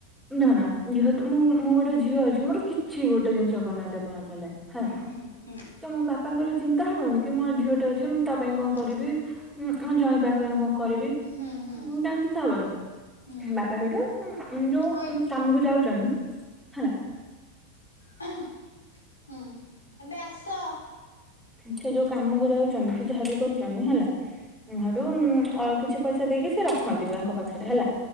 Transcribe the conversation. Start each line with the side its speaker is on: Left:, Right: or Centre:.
Centre: ନା ନା ଯେହେତୁ ମୁଁ ମୁଁ ଗୋଟେ ଝିଅ ଅଛି ଆମର କିଛି ଗୋଟେ ଜିନିଷ କରିନାହାନ୍ତି ଏପର୍ଯ୍ୟନ୍ତ ହେଲେ। ହଁ
Left: ହୁଁ ହୁଁ
Centre: ତ ମୋ ବାପାଙ୍କର ଚିନ୍ତା ହବନି କି ମୋ ଝିଅ ଟେ ଅଛି ତା ପାଇଁ କଣ
Left: ହଁ
Centre: କରିବି ଉଁ ଆମ ଜ୍ୱାଇଁ ପାଇଁ ଗୋଟେ କଣ କରିବି
Left: ହୁଁ ହୁଁ
Centre: ତାଙ୍କ ଚିନ୍ତା ହବନି।
Left: ହୁଁ
Centre: ବାପା ସେଇଠୁ ଉଁ ଯୋଉ
Left: ହୋଇ
Centre: ଉଁ କାମକୁ ଯାଉଛନ୍ତି ହେଲା
Left: ହୁଁ ହୁଁ ଏବେ ଆସ
Centre: ସେ ଯୋଉ କାମକୁ ଯାଉଛନ୍ତି କି ଯାହାବି କରୁଛନ୍ତି ହେଲା ସେଠୁ ଆଉ କିଛି ପଇସା ଦେଇକି ସେ ରଖନ୍ତି ତାଙ୍କ ପାଖରେ ହେଲା